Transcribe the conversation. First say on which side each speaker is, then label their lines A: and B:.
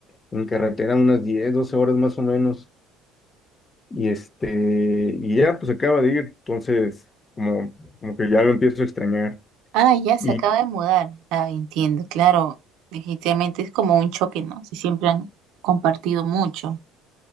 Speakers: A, on the left; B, on the right.
A: en carretera unas 10, 12 horas más o menos. Y este, y ya pues acaba de ir, entonces como, como que ya lo empiezo a extrañar.
B: Ah, ya se
A: Y
B: acaba de mudar. Ah, entiendo, claro. Definitivamente es como un choque, ¿no? Si siempre han compartido mucho.